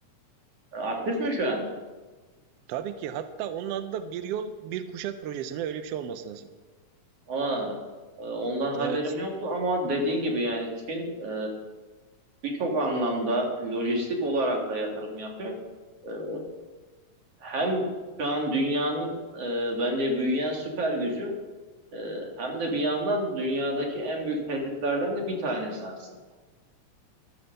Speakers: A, on the right; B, on the right.
A: e, aktif mi şu an?
B: Tabii ki hatta onun adı da bir yol bir kuşak projesi mi öyle bir şey olması lazım.
A: Aa, e, ondan haberim
B: Evet.
A: yoktu ama dediğin gibi yani Çin e, birçok anlamda lojistik olarak da yatırım yapıyor. E, hem şu an dünyanın e, bence büyüyen süper gücü e, hem de bir yandan dünyadaki en büyük tehditlerden de bir tanesi aslında.